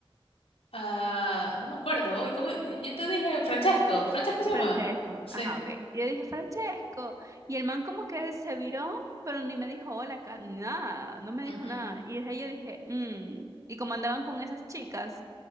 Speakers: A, on the left; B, on the right.
A: Ah, no me acuerdo, uy, ¿cómo? Yo te dije, Francesco, Francesco se llamaba.
B: Francesco,
A: Sí.
B: ajá, ok. Y yo dije, Francesco. Y el man como que se viró, pero ni me dijo hola, ca- nada, no me
A: ujú.
B: dijo nada. Y desde ahí yo dije, "Mm". Y como andaban con esas chicas,